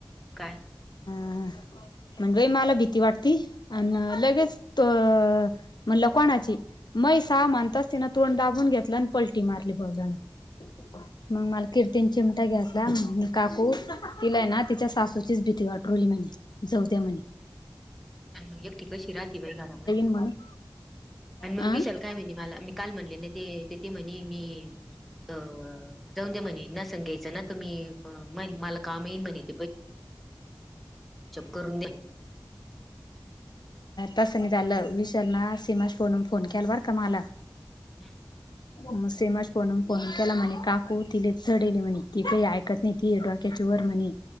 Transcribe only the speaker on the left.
ह म्हणई मला भी वाट अ लगेच म्हणलं कोणाची मै स माणतात. त्यांना तोड दाबून घेतला आणि पलटी मारली बदाना मग मला कीर्तन चिमटा घ्याेतला काकू तिला आहे ना तिच्या सासूची भथे अठ्रली म्ह जाौद्या म
म्हणून
अ
<unintelligible>
तस नाही झालं विशाल ना सीमाश फोनून फोन केला बर का मला
मग सेमाज पोून फोन केला म्हणे काकू तिले चढेले म्हणे की काही ऐकत नाही ती डोक्याची व म्हणे